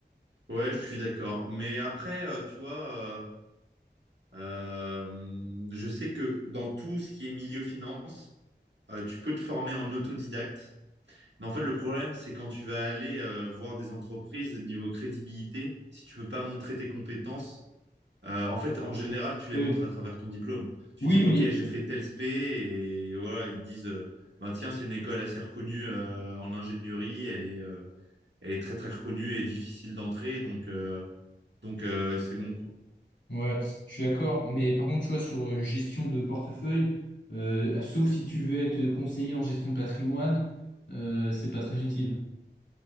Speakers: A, on the right; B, on the left.
A: Ouais, je suis d'accord. Mais après, euh, tu vois, euh, euh, je sais que dans tout ce qui est milieu finance, euh, tu peux te former en autodidacte. Mais en fait, le problème, c'est quand tu vas aller euh, voir des entreprises niveau crédibilité, si tu peux pas montrer tes compétences, Euh, en fait, en général, tu
B: Oui.
A: les montres à travers ton diplôme. Tu
B: Oui,
A: dis, OK,
B: mais.
A: j'ai fait tel SP, et voilà, ils te disent, euh, ben tiens, c'est une école assez reconnue euh, en ingénierie, elle est, euh, elle est très très reconnue et difficile d'entrer, donc euh, donc euh, c'est bon. quoi.
B: Ouais, je suis d'accord. Mais par contre, tu vois, sur euh, gestion de portefeuille, euh, ah, sauf si tu veux être conseiller en gestion de patrimoine, euh, c'est pas très utile.